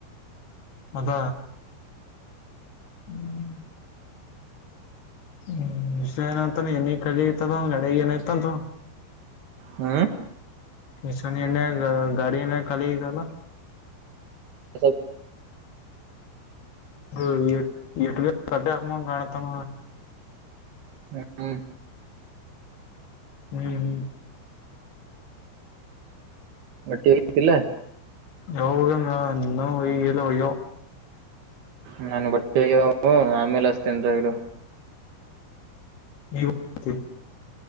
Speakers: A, on the left; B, on the right.
A: ಅದ ಹ್ಮ ಹ್ಮ್ ವಿಷಯ ಏನಂತಾನ ನಿ ಕಲತದಡೆಗ ಏನಯತಂತ
B: ಹ್ಮ
A: ಷನ ಗಾಡಿ ಎನ ಕಾಲ ಇಲ್ಲ
B: ಅಸ
A: ಹ ಎ ಕಟ ಹಾಕ ಕಾಣತಣ
B: ಹ್ಮ
A: ಹ್ಮ್ ಹ್ಮ್
B: ಒಟ್ಟಿತಿಲ್ಲ
A: ಯದಂಗ ಇನ್ನೊ ಒಲ ಒಯ್ಯೋ
B: ನನ್ ಬಟ್ಟೆವು ಆಮೇಲೆ ಅಷ್ಟತಿ ಅಂತ ಹೇಳು
A: <unintelligible>